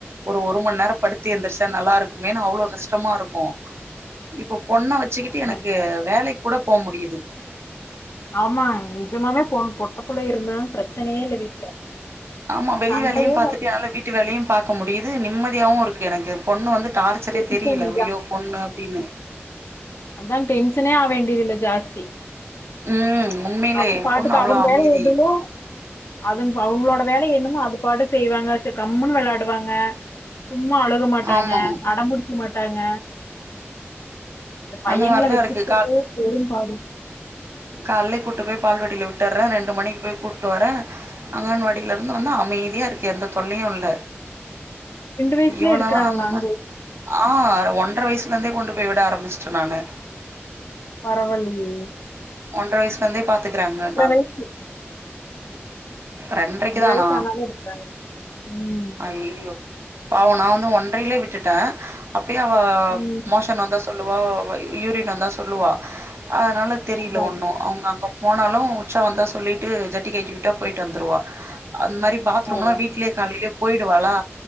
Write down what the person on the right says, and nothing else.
ஒரு ஒருமண் நேரோ படுத்து எந்திர்சா நல்லாருக்குமேனு அவ்ளோ கஷ்டமாருக்கு இப்ப பொண்ண வெச்சுக்குட்டு
எனக்கு
வேலைக் கூட போ முடிது
ஆமா வெளி
வேலையு பாத்துட்டு என்னால வீட்டு வேலையு பாக்க முடியுது நிம்மதியாவு இருக்கு எனக்கு பொண்ணு வந்து டார் சரியா
தெரில ஐயோ பொண்ணு அப்டினு
ம் உண்மையிலே
பொண்ணு அவ்ளோ
அமைதி
ஆமா
அந்த மாரிதா
இருக்கு
கால்லயே கூட்டு போய் பால்வடில விட்டர்றே ரெண்டு மணிக்கு போய் கூட்டு வரே அங்கன்வாடில இருந்து வந்து அமைதியா இருக்கு எந்த தொல்லையு இல்ல
இவனல்லா
ஆனன
ஆ ஒன்ரை வயசுல இருந்தே கொண்டு போய் விட ஆரம்பிச்சுட்டே நானு
ஒன்ற வயசுல இருந்தே பாத்துக்கறாங்க நாங்க
ரெண்ரைக்கு தானா
அய்யயோ பாவ நானு ஒன்றையிலயே விட்டுட்டே அப்பயே அவ
மோஷ ன் வந்தா சொல்லுவா யூரின் வந்த சொல்லுவா அதனால தெரியல
ஒண்ணு
அவங்க அங்க போனாலு உச்சா வந்தா சொல்லிட்டு ஜட்டி கழட்டிவிட்டா போயிட்டு வந்துருவா அந்த மாரி பாத்ரூம்லா
வீட்லயே காலையிலேயே போயிடுவாளா